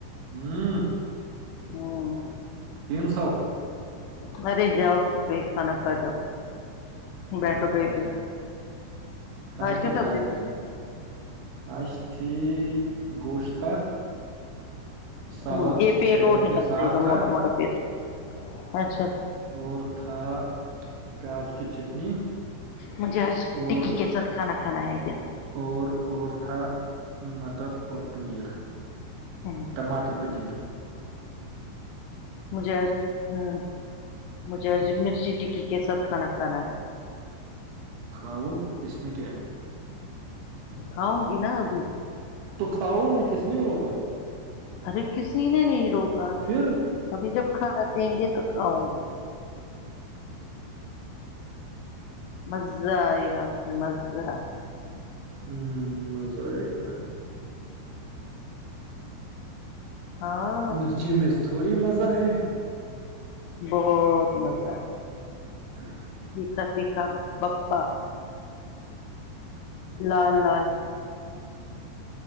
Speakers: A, on the right; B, on the left.
A: ہوں
B: ہوں
A: تین سو
B: مرے جاؤ کئی کھانا کھا جاؤ
A: میں
B: بیٹھو
A: نے کھایا
B: کہیں پہ
A: کھانا کھانا
B: آج کیا
A: تو
B: سبزی
A: کھایا
B: تھی
A: میں نے آج تھی گوشت تھا سالن
B: ہوں یہ پیٹ
A: کیا
B: اور
A: کہتے
B: نکل
A: ساگ
B: جائے گا
A: تھا
B: موٹا موٹا پیٹ اچھا
A: اور تھا پیاز کی چٹنی
B: مجھے آج
A: اور
B: ٹکی کے ساتھ کھانا کھانا ہے جی
A: اور اور تھا مٹر اور پنیر
B: ہوں
A: ٹماٹر پنیر
B: مجھے آج وں مجھے آج مرچی ٹکی کے ساتھ کھانا کھانا ہے
A: کھاؤ اس میں کیا ہے
B: کھاؤں گی نا ابھی
A: تو کھاؤ نا کس نے روکا
B: ارے کسی نے نہیں روکا
A: پھر ہ
B: ابھی جب کھانا دیں گے تو کھاؤں گی مزہ آئے گا اس میں مزہ
A: ہوں مزہ آئے گا
B: ہاں
A: مرچی میں یچ تھوڑی مزہ ہے
B: بہت مزہ ہے
A: <inaudible>
B: تیکھا تیکھا پپا لال لال